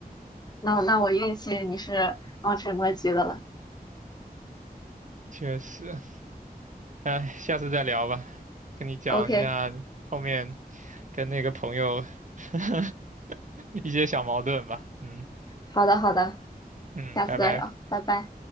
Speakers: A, on the left; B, on the right.
A: 那那我运气你是望尘莫及的了。
B: 确实，哎，下次再聊吧，跟你讲一下后面
A: OK，
B: 跟那个朋友 <laughs> 一些小矛盾吧。嗯
A: 好的好的，
B: 嗯，
A: 下次再聊，
B: 拜拜。
A: 拜拜。